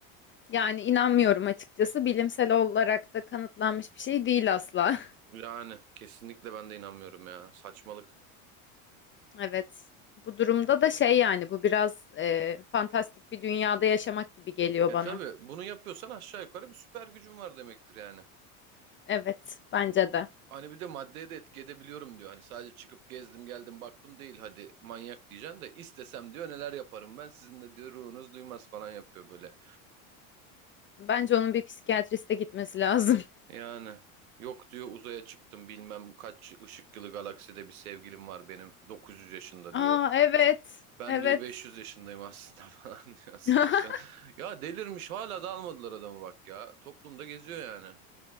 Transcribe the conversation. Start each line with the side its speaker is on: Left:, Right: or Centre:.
Left: Yani inanmıyorum açıkçası. Bilimsel olarak da kanıtlanmış bir şey değil asla.
Right: Yani kesinlikle ben de inanmıyorum ya saçmalık.
Left: <laughs> Evet. Bu durumda da şey yani bu biraz e, fantastik bir dünyada yaşamak gibi geliyor
Right: E
Left: bana.
Right: tabi bunu yapıyorsan aşağı yukarı bir süper gücün var demektir yani.
Left: Evet, bence de.
Right: Hani bir de maddeye de etki edebiliyorum diyor. Hani sadece çıkıp gezdim geldim baktım değil hadi manyak diyeceksin de istesem diyor neler yaparım ben sizin de diyor ruhunuz duymaz falan yapıyor böyle.
Left: Bence onun bir psikiyatriste gitmesi lazım.
Right: Yani yok diyor uzaya çıktım bilmem kaç ışık yılı galakside bir sevgilim var benim 900 yaşında
Left: <laughs> Aa
Right: diyor.
Left: evet.
Right: Ben
Left: Evet.
Right: diyor 500 yaşındayım aslında <laughs> falan diyor sen saçma.
Left: <laughs>
Right: Ya delirmiş hala da almadılar adamı bak ya. Toplumda geziyor yani.